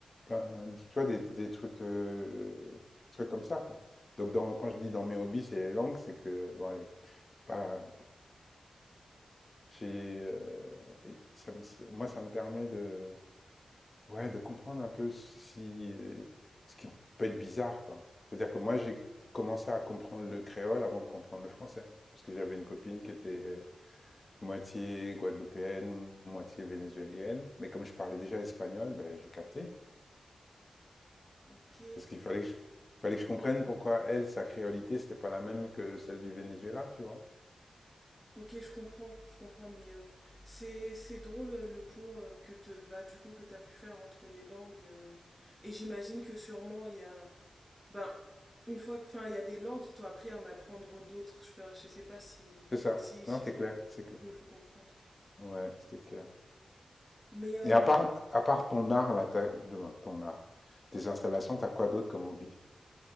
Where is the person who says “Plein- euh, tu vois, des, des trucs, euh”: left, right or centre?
Left